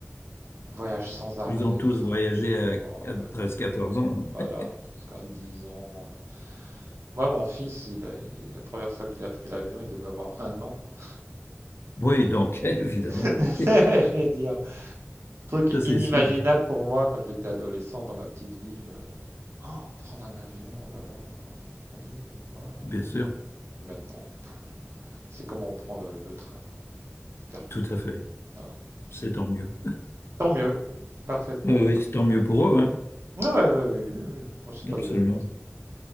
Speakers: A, on the right; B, on the left.
A: voyagent sans arrêt,
B: Ils ont tous voyagé
A: sans arrêt.
B: à,
A: Oh,
B: à 13-14 ans.
A: Voilà,
B: <laughs>
A: jusqu'à 10 ans. euh. Moi, mon fils, il a- il- la première fois qu'il a pris l'avion, il devait avoir un an, quoi.
B: Oui, donc, <laughs> évidemment.
A: <laughs>
B: hein.
A: Je veux dire, Truc
B: Ça, c'est
A: inimaginable
B: sûr.
A: pour moi quand j'étais adolescent dans ma petite ville. euh, Oh, prendre un avion, oh là là, mon Dieu, waouh.
B: Bien sûr.
A: Maintenant, pff, c'est comme on prend le, le train, quoi. Gare
B: Tout
A: plus.
B: à fait.
A: Voilà.
B: C'est tant mieux.
A: Tant mieux, parfaitement.
B: Euh, oui, c'est tant mieux pour eux, hein.
A: Ouais, ouais, ouais, oui, oui, oh, c'est pas
B: Absolument.
A: de la jalousie.